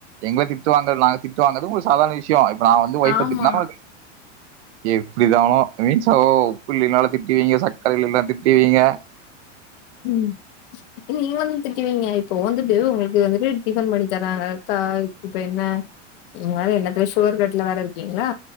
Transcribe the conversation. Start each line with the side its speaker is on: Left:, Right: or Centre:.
Right: எங்கள திட்டுவாங்க நாங்க திட்டுவாங்கறது உங்ளுக் சாதண விஷயோ இப்ப நா வந்து வைஃப்
Left: ஆமா.
Right: திட்னா அது
Left: <inaudible>
Right: எப்டிதானோ ஐமீன்ஸ் சோ உப்பு இல்லினாலு திட்டிவிங்க சக்கர இல்லனா திட்டிவிங்க
Left: ம் நீங்க வந்து திட்டுவீங்க இப்போ வந்துட்டு உங்களுக்கு வந்துட்டு டிஃபன் பண்ணி தராங்க அக்கா இப்ப என்ன நீங்க வேற எல்லாத்துல சுகர் கட்ல வேற இருக்கீங்ளா